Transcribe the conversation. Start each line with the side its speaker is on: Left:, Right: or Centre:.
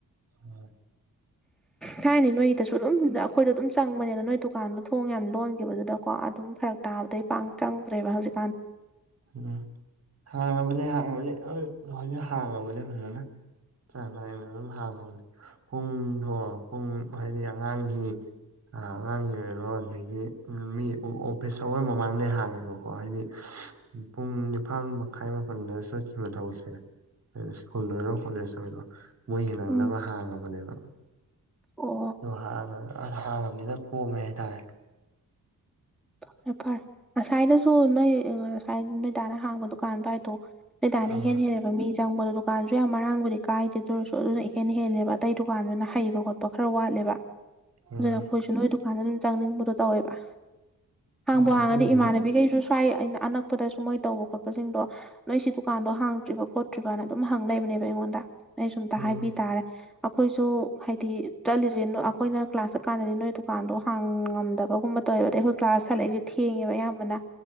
Right: ꯎꯝ
Centre: ꯊꯥꯏꯅ ꯅꯣꯏꯒꯤꯗꯁꯨ ꯑꯗꯨꯝ ꯑꯈꯣꯏꯗꯣ ꯑꯗꯨꯝ ꯆꯕꯅꯦ ꯅꯣꯏ ꯗꯨꯀꯥꯟꯗꯣ ꯊꯣꯡ ꯌꯥꯝ ꯂꯣꯟꯈꯤꯕꯗꯨꯗꯀꯣ ꯑꯗꯨꯝ ꯐꯔꯛ ꯇꯥꯕꯗꯩ ꯄꯥꯡ ꯆꯪꯗ꯭ꯔꯦꯕ ꯍꯧꯖꯤꯛ
Right: ꯎꯝ ꯍꯥꯡꯉꯕꯅꯦ ꯍꯥꯡꯉꯕꯅꯤ ꯍꯣꯏ ꯍꯧꯖꯤꯛ ꯍꯥꯡꯉꯕꯅꯤ ꯐꯖꯅꯥ ꯆꯥꯡ ꯅꯥꯏꯅ ꯑꯗꯨꯝ ꯍꯥꯡꯉꯕꯅꯦ ꯄꯨꯡꯗꯣ ꯄꯨꯡ ꯍꯥꯏꯗꯤ ꯑꯉꯥꯡꯒꯤ ꯑ ꯑꯉꯥꯡꯒꯤ ꯑꯣꯏꯔꯣ ꯑꯗꯒꯤ ꯃꯤ ꯑꯣꯐꯤꯁ ꯑꯥꯋꯔꯁ ꯃꯃꯥꯡꯅꯦ ꯍꯥꯡꯉꯦꯕꯀꯣ ꯍꯥꯏꯗꯤ ꯄꯨꯡ ꯅꯤꯄꯥꯟ ꯃꯈꯥꯏ ꯃꯥꯄꯟꯗ ꯆꯠꯈꯤꯕ ꯊꯕꯛꯁꯦ ꯁ꯭ꯀꯨꯜ ꯑꯣꯏꯔꯣ ꯀꯣꯂꯦꯖ ꯑꯣꯏꯔꯣ ꯃꯣꯏꯒꯤ ꯅꯪꯅꯕ
Centre: ꯎꯝ
Right: ꯍꯥꯡꯉꯕꯅꯦꯕ
Centre: ꯑꯣ
Right: ꯑꯗꯨ ꯍꯥꯡꯉꯕꯅꯤꯅ ꯀꯣꯝꯃꯦ ꯈꯥꯏꯇꯥꯔꯦ
Centre: ꯐꯔꯦ ꯐꯔꯦ ꯉꯁꯥꯏꯗꯁꯨ ꯅꯣꯏ ꯑꯥ ꯉꯥꯁꯥꯏ ꯅꯣꯏ ꯗꯥꯅ ꯍꯥꯡꯕ ꯗꯨꯀꯥꯟ ꯑꯗꯥꯏꯗꯣ ꯅꯣꯏ ꯗꯥꯅ
Right: ꯎꯝ
Centre: ꯏꯍꯦꯟ ꯍꯦꯟꯂꯦꯕ ꯃꯤ ꯆꯪꯕꯗꯣ ꯗꯨꯀꯥꯟꯁꯨ ꯌꯥꯝ ꯃꯔꯥꯡꯕꯨꯗꯤ ꯀꯥꯏꯗꯦ ꯑꯗꯨ ꯑꯣꯏꯔꯁꯨ ꯑꯗꯨꯅ ꯏꯍꯦꯟ ꯍꯦꯟꯂꯦꯕ ꯑꯇꯩ ꯗꯨꯀꯥꯟꯗꯨꯅ ꯍꯩꯕ ꯈꯣꯠꯄ ꯈꯔ ꯋꯥꯠꯂꯦꯕ
Right: ꯎꯝ
Centre: ꯑꯗꯨꯅ ꯑꯩꯈꯣꯏꯁꯨ ꯅꯣꯏ ꯗꯨꯀꯥꯟꯗ ꯑꯗꯨꯝ ꯆꯪꯅꯤꯡꯕꯗꯣ ꯇꯧꯋꯦꯕ ꯍꯥꯡꯕꯨ
Right: ꯑꯗꯨꯕꯨꯗꯤ
Centre: ꯍꯥꯡꯉꯗꯤ ꯏꯃꯟꯅꯕꯤꯈꯩꯁꯨ ꯁ꯭ꯋꯥꯏ ꯑꯩꯅ ꯑꯅꯛꯄꯗꯁꯨ ꯃꯣꯏ ꯇꯧꯕ ꯈꯣꯠꯄꯁꯤꯡꯗꯣ ꯅꯣꯏ ꯁꯤ ꯗꯨꯀꯥꯟꯗꯣ ꯍꯥꯡꯗ꯭ꯔꯤꯕ ꯈꯣꯠꯇ꯭ꯔꯤꯕꯅ ꯑꯗꯨꯝ ꯍꯪ ꯂꯩꯕꯅꯦꯕ ꯑꯩꯉꯣꯟꯗ ꯑꯩꯁꯨ ꯑꯝꯇ
Right: ꯎꯝ
Centre: ꯍꯥꯏꯕꯤ ꯇꯔꯦ ꯑꯈꯣꯏꯁꯨ ꯍꯥꯏꯗꯤ ꯆꯠꯂꯤꯁꯦ ꯑꯩꯈꯣꯏꯅ ꯀ꯭ꯂꯥꯁ ꯆꯠꯀꯥꯟꯗꯅꯤ ꯅꯣꯏ ꯗꯨꯀꯥꯟꯗꯣ ꯍꯥꯡꯉꯝꯗꯕꯒꯨꯝꯕ ꯇꯧꯋꯦꯕ ꯑꯗꯩ ꯑꯈꯣꯏ ꯀ꯭ꯂꯥꯁ ꯍꯜꯂꯛꯏꯁꯦ ꯊꯦꯡꯉꯦꯕ ꯑꯌꯥꯝꯕꯅ